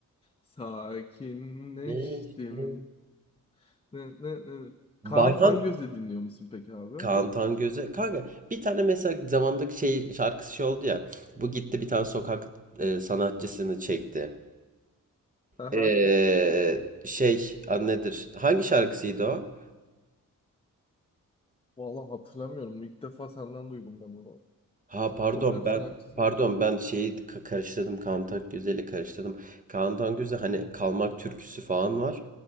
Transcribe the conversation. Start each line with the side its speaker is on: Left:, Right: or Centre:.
Left: Sakinleştim.
Right: Mevsim.
Left: Ne, ne, ne.
Right: Bayhan
Left: Kaan Tangöz'ü dinliyor musun peki abi?
Right: Kaan Tangöze. Kanka bir tane mesela zamanda şey şarkısı şey oldu ya. Bu gitti bir tane sokak e, sanatçısını çekti.
Left: Aha.
Right: Ee, şey adı nedir? Hangi şarkısıydı o?
Left: Vallahi hatırlamıyorum. İlk defa senden duydum ben onu.
Right: Ha pardon
Left: Sokak
Right: ben
Left: sanatçısı
Right: pardon
Left: mı şimdi?
Right: ben şeyi ka- karıştırdım Kaan Güzel'i karıştırdım. Kaan Güzel hani Kalmak türküsü falan var.